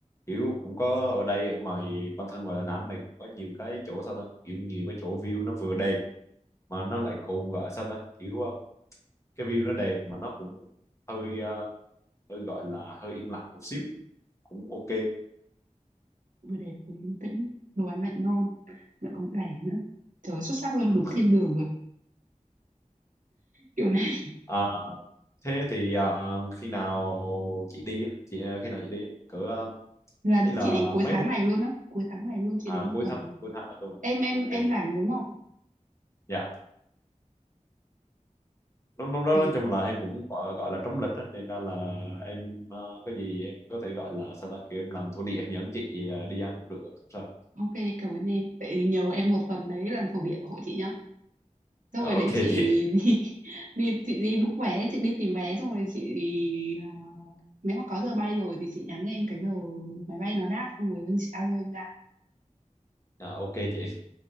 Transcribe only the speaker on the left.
kiểu cũng có ở đây ở ngoài bản thân ngoài Đà Nẵng này cũng có nhiều cái chỗ sao ta kiểu nhiều cái chỗ view nó vừa đẹp mà nó lại còn gọi sao ta kiểu ờ, cái view nó đẹp mà nó cũng hơi ờ, hơi gọi là hơi yên lặng một xíu cũng ok
ừ.
à, thế thì ờ, khi nào chị đi á? chị ờ, khi nào chị đi á? cỡ ờ,
ý là
mấy
hôm
à
cuối
tháng cuối tháng này luôn
ok
dạ lúc lúc đó
nói chung là em cũng gọi, gọi là trống lịch á nên ra là em ờ, có gì em có thể gọi là sao ta kêu em làm thổ địa em dẫn chị ờ, đi ăn cũng được không sao
dạ,
ok
chị
dạ, ok chị